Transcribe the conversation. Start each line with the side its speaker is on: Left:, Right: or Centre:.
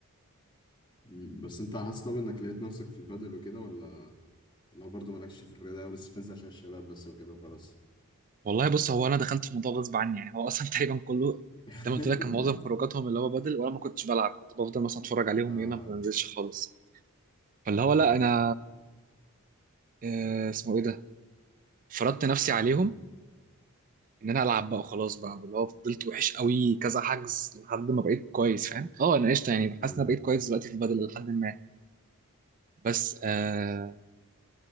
Left: مم. بس انت حاسس طب انك لقيت نفسك في البادل وكده ولا اللي هو برضه مالكش في الرياضة بس بتنزل عشان الشباب بس وكده وخلاص
Right: والله بص هو انا دخلت في الموضوع غصب عني يعني هو اصلا <laughs> تقريبا كله
Left: <laughs>
Right: زي ما قلت لك كان معظم خروجاتهم اللي هو بدل وانا ما كنتش بلعب كنت بفضل مثلا اتفرج عليهم
Left: اه
Right: ايه ما بنزلش خالص فاللي
Left: مم.
Right: هو لا انا آه اسمه ايه ده فرضت نفسي عليهم
Left: ايه
Right: ان انا العب بقى وخلاص بقى واللي هو فضلت وحش قوي كذا حجز لحد ما بقيت كويس فاهم اه انا قشطه يعني
Left: مم.
Right: حاسس ان انا بقيت كويس دلوقتي في البدل لحد ما بس آه